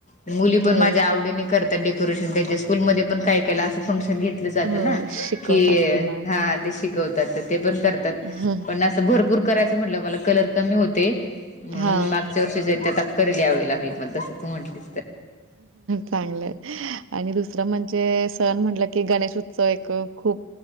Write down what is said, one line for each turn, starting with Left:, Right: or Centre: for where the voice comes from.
Left: मुली पण
Right: हो
Left: माझ्या आवडीने. करतात डेकोरेशन त्यांच्या स्कूलमध्ये पण काय केला असं फंक्शन घेत. घेतलं जात
Right: हो
Left: ना
Right: शिकवतात
Left: की
Right: त्यांना.
Left: हा. शिकवतात तर ते पण करतात
Right: हं.
Left: पण असं भरपूर करायचं म्हटलं मला कलर कमी होते. म्हणून
Right: हां.
Left: मी मागच्या वर्षी ज्या त करेल यावेळी ला मी पण तसं तू म्हटली.
Right: चांगलंय आणि दुसरं म्हणजे सन म्हटलं. की गणेश उत्सव एक खूप